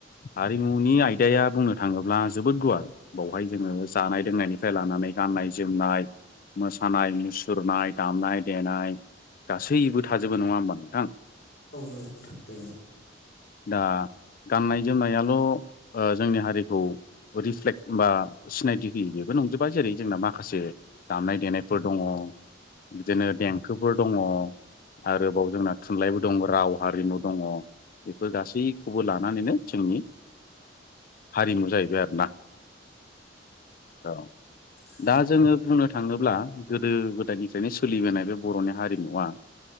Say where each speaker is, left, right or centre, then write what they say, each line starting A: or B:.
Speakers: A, on the left; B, on the left.
A: हारिमुनि आयदाया बुंनो थाङोब्ला जोबोद गुवार। बावहाय जोङो जानाय लोंनायनिफ्राय लानानै गाननाय जोमनाय। मोसानाय मुसुरनाय दामनाय देनाय। गासैबो थाजोबो नङा होमबा नोंथां।
B: औ <inaudible>
A: दा गाननाय जोमनायाल' जोंनि हारिखौ। रिफ्लेक्ट हबा सिनायथि होयोि बेबो नंजोबा जेरै जोंना माखासे। दामनाय देनायफोर दङ बिदिनो देंखोफोर दङ। आरोबाव जोंना थुनलाइबो दङ राव हारिमु दङ बेफोर गासैखौबो लानानैनो। जोंनि हारिमु जाहैबाय आरोोना औ।
B: <inaudible>
A: दा जोङो बुंनो थाङोब्ला गोदो गोदायनिफ्रायनो सोलिबोनाय बे बर'नि हारिमुवा।